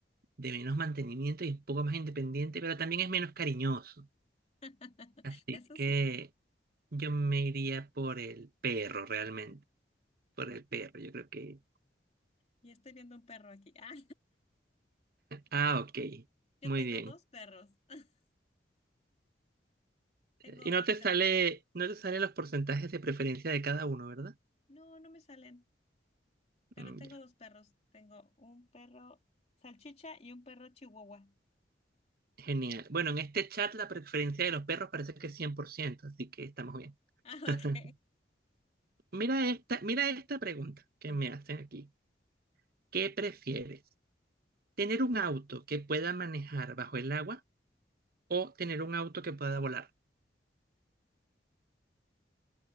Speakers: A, on the right; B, on the left.
A: de menos mantenimiento y un poco más independiente, pero también es menos cariñoso.
B: <laughs>
A: Así
B: Eso
A: que
B: sí,
A: yo me iría por el perro, realmente. Por el perro, yo creo que.
B: y estoy viendo un perro aquí. <laughs> Ah,
A: Ah, ok.
B: yo
A: Muy
B: tengo
A: bien.
B: dos perros. <laughs>
A: Eh,
B: Tengo
A: Y no
B: dos
A: te sale,
B: perritas.
A: no te salen los porcentajes de preferencia de cada uno, ¿verdad?
B: No, no me salen, pero
A: Mm,
B: tengo
A: ya.
B: dos perros. Tengo un perro salchicha y un perro chihuahua. <laughs>
A: Genial. Bueno, en este chat la preferencia de los perros parece que es 100%, así que estamos bien.
B: Ah,
A: <laughs>
B: ok.
A: Mira esta, mira esta pregunta que
B: Ok.
A: me hacen aquí. ¿Qué prefieres? ¿Tener un auto que pueda manejar bajo el agua o tener un auto que pueda volar?